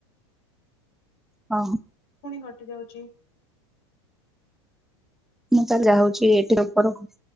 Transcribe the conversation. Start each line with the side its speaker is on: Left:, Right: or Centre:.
Centre: ହଁ।
Left: ପୁଣି କଟି ଯାଉଛି।
Centre: ମୁଁ ତା ଯାଉଛି ଏଠି ଉପରକୁ